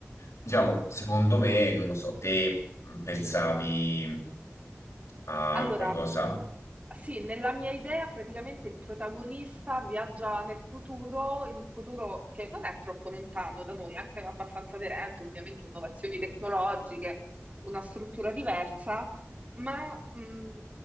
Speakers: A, on the left; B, on the right.
A: Diciamo, secondo me, non lo so, te pensavi a
B: Allora,
A: qualcosa?
B: mh, sì, nella mia idea praticamente il protagonista viaggia nel futuro, in un futuro che non è troppo lontano da noi, anche abbastanza aderente, ovviamente innovazioni tecnologiche, una struttura diversa, ma mh,